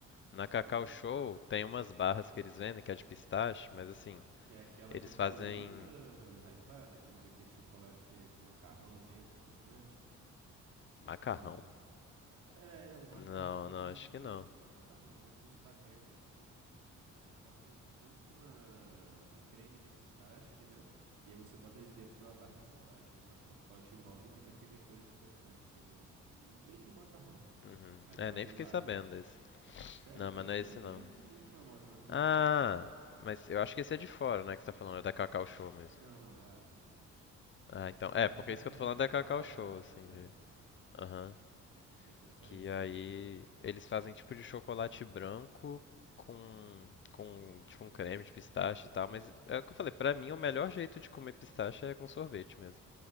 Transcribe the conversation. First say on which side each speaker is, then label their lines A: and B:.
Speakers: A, on the left (about 40°); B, on the right (about 85°).
A: Na
B: Sério
A: Cacau
B: mesmo?
A: Show tem umas barras que eles vendem que é de pistache, mas assim,
B: Que é aquela
A: eles
B: que ficou
A: fazem
B: ultra hypada, aquele, aquele chocolate que é com macarrão dentro, que é crocante?
A: macarrão?
B: Ou não? É, é um macarrão
A: Não, não,
B: meio
A: acho
B: que.
A: que não.
B: Não é um macarrão, é meio que um espaguete assim, que você bota junto com uma. com creme de pistache, entendeu? E aí você bota dentro de uma barra de chocolate. Bota o chocolate em volta e fica aquele coisa crocante, assim, do... meio que o macarrão, né?
A: Uhum.
B: Mas
A: É,
B: é um bagulho
A: nem fiquei
B: árabe.
A: sabendo desse.
B: Sério,
A: Não,
B: cara,
A: mas
B: isso
A: não
B: ficou
A: é esse
B: muito,
A: não.
B: muito na moda, mas muito
A: Ah,
B: mesmo.
A: mas eu acho que esse é de fora, né, que você tá falando, é da Cacau Show mesmo.
B: Não, não, é árabe.
A: Ah, então,
B: É
A: é,
B: árabe,
A: porque é
B: tipo
A: isso que eu
B: assim,
A: tô falando
B: a
A: é da
B: moda
A: Cacau
B: é
A: Show,
B: árabe,
A: assim,
B: entendeu?
A: de...
B: Ah, sim, perfeito.
A: Aham.
B: Achei que desse era parecido.
A: Que aí eles fazem tipo de chocolate branco com, com tipo um creme de pistache e tal. Mas é o que eu falei, pra mim o melhor jeito de comer pistache é com sorvete mesmo.